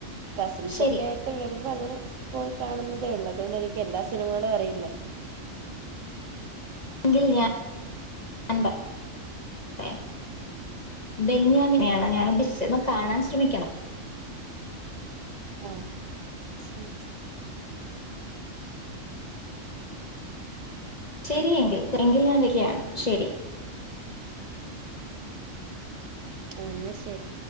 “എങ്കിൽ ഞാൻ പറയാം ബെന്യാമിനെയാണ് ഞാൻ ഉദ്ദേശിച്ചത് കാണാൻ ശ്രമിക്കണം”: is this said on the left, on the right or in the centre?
Left